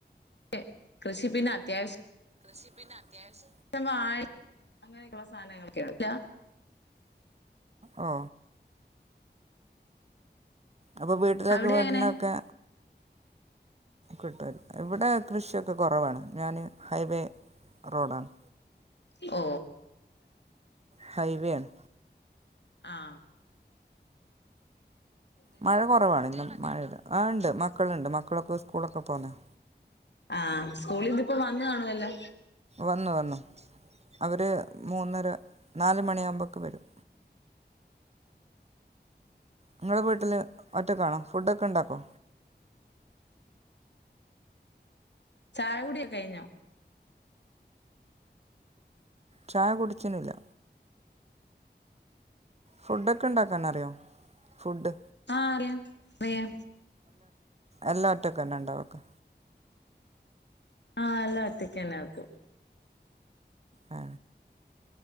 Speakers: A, on the left (about 75°); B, on the right (about 35°).
A: കെ കൃഷി പിന്നെ കാശ്
B: ഷി പിന്നെ അത്യാവിശൃ
A: പിന്നെ വാഴ് അങ്ങനെയൊക്കള്ള സാനങ്ങളൊക്കെ
B: ഓ അപ്പൊ വീട്ടിലേക്ക്
A: അവിടെ
B: വേണ്ടുന്നൊക്കെ
A: എങ്ങനെ
B: കിട്ടൊ ഇവിടെ കൃഷിക്കെ കൊറവാണ് ഞാന് ഹൈവേ റോഡാണ്.
A: ഓ
B: ഹൈവേണ്.
A: ആ
B: മഴ കൊറവാണ് ഇന്നും <unintelligible> ആ ഇണ്ട് മ ക്കളുണ്ട് മക്കളൊക്കെ സ്കൂളൊക്കെ പോന്നയാ.
A: ആ സ്കൂളിന്നിപ്പോ വന്നു കാണുവല്ലോ?
B: വന്നു വന്നു അവർ മൂന്നര നാല് മണിയാകുമ്പേക്ക് വരും. നിങ്ങള് വീട്ടില് ഒറ്റക്കാണോ ഫുഡൊക്കെണ്ടാക്കോ?
A: ചായ കുടിയൊക്കെ കഴിഞ്ഞോ?
B: ചായ കുടിച്ചിനില്ല. ഫുഡ്ഡ് ഒക്കെ ഇണ്ടാക്കാൻ അറിയോ? ഫുഡ്
A: ആ അറിയാ അറിയാ.
B: എല്ലാ ഒറ്റക്കന്നെണ്ടാക്കാ?
A: ആ എല്ലാം ഒറ്റക്കന്നെ വെക്കുന്നത്.
B: ആ